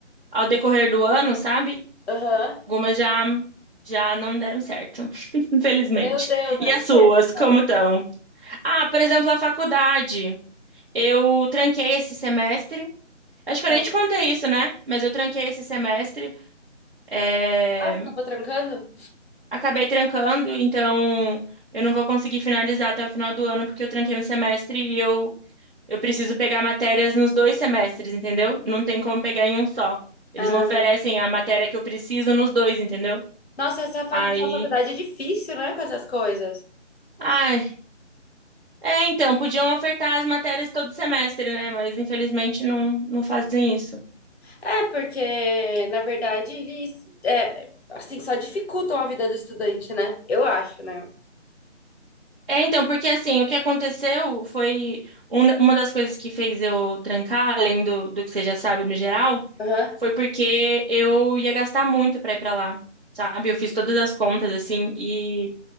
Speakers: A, on the right (about 45°); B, on the left (about 60°).
A: ao decorrer do ano, sabe?
B: Aham.
A: Algumas já já não deram certo, <laughs> infelizmente.
B: Meu Deus, mas
A: E as
B: o
A: suas,
B: quê?
A: como
B: Ah,
A: estão? Ah, por exemplo, a faculdade. Eu tranquei esse semestre. Acho que eu
B: ah.
A: nem te contei isso, né? Mas eu tranquei esse semestre É,
B: Ah, você acabou trancando?
A: acabei trancando, então eu não vou conseguir finalizar até o final do ano, porque eu tranquei um semestre e eu, eu preciso pegar matérias nos dois semestres, entendeu? Não tem como pegar em um só. Eles
B: Ah.
A: não oferecem a matéria que eu preciso nos dois, entendeu?
B: Nossa, essa facu-
A: Aí.
B: essa faculdade é difícil, né, com essas coisas.
A: Ai, é, então, podiam ofertar as matérias todo semestre, né? Mas infelizmente não, não fazem isso.
B: É, porque, na verdade, eles, é, assim, só dificultam a vida do estudante, né? Eu acho, né?
A: É, então, porque assim, o que aconteceu foi um- uma das coisas que fez eu trancar, além do, do que você já sabe no geral.
B: Aham.
A: Foi porque eu ia gastar muito pra ir pra lá, sabe? Eu fiz todas as contas, assim, e